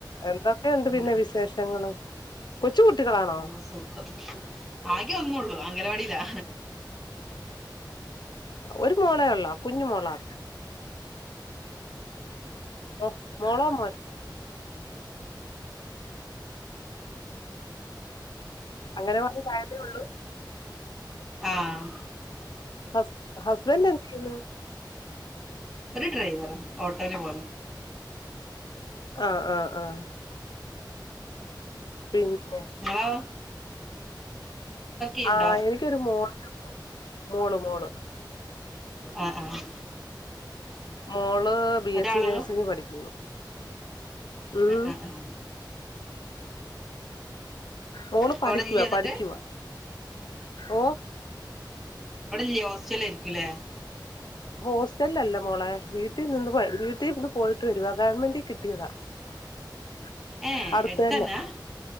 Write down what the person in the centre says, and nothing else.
അങ്ങനെ
ആഹ് സുഖം ആകെ ഒന്നൊള്ളൂ അംഗനവാടില്ലാ
ആഹ്
ഒരു ഡ്രൈവറാ ഓട്ടോയില് പോലെ
ആഹ് ചെയ്യണ്ടോ
ആഹ് ആഹ്
ഒരാളുള്ളൂ
ആഹ് ആഹ് ആഹ്
അവിടെ ഇല്ലേ എന്നിട്ട്
ഇവിടെ ല്ലെ ഹോസ്റ്റലി ആയിരിക്കൂലേ
ഏഹ്
എടുത്തന്നാ